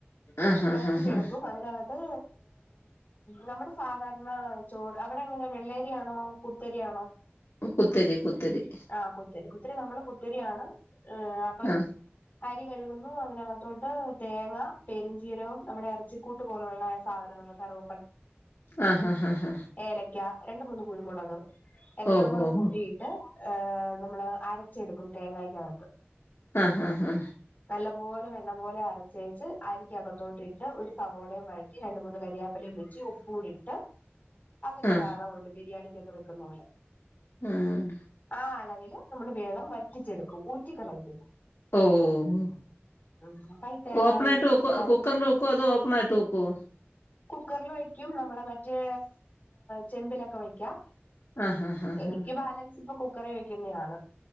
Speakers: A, on the left; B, on the left.
A: ആ ഹാ
B: വറ്റിച്ചെടുക്കും
A: ഹാ ഹാ
B: അതിനക ത്ത് നമ്മുടെ സാധാരണ ചോറ് അവിടെ എങ്ങനെ വെള്ളേരിയാണോ കുത്തരിയാണോ?
A: കുത്തരിയ കുത്തരി.
B: ആഹ് കുത്തരി കുത്തിരി നമ്മള് കുത്തരിയാണ് ഏഹ് അപ്പം
A: ആ
B: അരി കഴുകുന്നു അതിനകത്തോട്ട് തേങ്ങ പെരുഞ്ചീരവം നമ്മുടെ ഇറച്ചിക്കൂട്ട് പോലുള്ള സാധനങ്ങള് ള്ളെ കറുവ
A: ആഹ ഹാ ഹാ
B: ഏലയ്ക്ക രണ്ട് മൂന്ന് കുരുമുളക് എല്ലാം
A: ഓ
B: കൂടെ
A: ഓ
B: കൂട്ടിയിട്ട്,
A: ഓ
B: ഏഹ് നമ്മള് അരച്ചെടുക്കും തേങ്ങായ്ക്കകത്ത്.
A: ആ ഹാ ഹാ
B: നല്ല പോലെ വെണ്ണ പോലെ അരച്ചേച്ച് അരിക്കക ത്തോട്ടിട്ട് ഒരു സവോളയും വഴറ്റി രണ്ടു മൂന്ന് കരിയാപ്പെലയും വെച്ച് ഉപ്പൂടി ട്ട് അതിനൊരളവ്ണ്ട്
A: ആ
B: ബിരിയാണിക്കൊക്കെ വെക്കുന്ന പോലെ.
A: ഉം.
B: ആ അളവിൽ നമ്മള് വെള്ളം വറ്റിച്ചെടുക്കും. ഊറ്റിക്കളയത്തില്ല.
A: ഓഓഓഓഹ്.
B: ഉം അപ്പൊ ഈ തേങ്ങായും
A: ഓപ്പണായിട്ട് വെക്കോ
B: അര
A: കുക്കറ്‌ല് വെ ക്കോ അതോ ഓപ്പണായിട്ട് വെക്ക്വോ?
B: കുക്കർല് വെക്ക്യും. നമ്മുടെ മറ്റേ ചെമ്പിലൊക്കെ വെക്ക്യാം.
A: ആ ഹാ ഹാ
B: എനിക്ക്
A: ഹാ
B: ബാലൻസ് ഇപ്പ കുക്കറേ വെക്കുന്നെയാണ്.